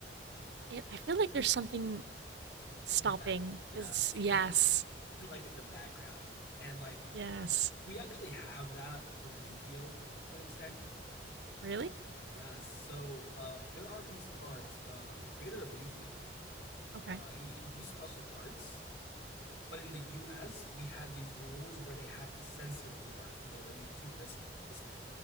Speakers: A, on the right; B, on the left.
A: It, I feel like there's something stopping.
B: In the back, yes,
A: Is yes,
B: <laughs> like in the background and like
A: yes.
B: we actually have that for Yu-Gi-Oh to an extent.
A: Really?
B: Yes, so uh, there are these cards. the The creator of Yu-Gi-Oh,
A: Okay.
B: uh, he he do special arts but in the U.S., we had these rules where they had to censor the arts because they were too risk risky,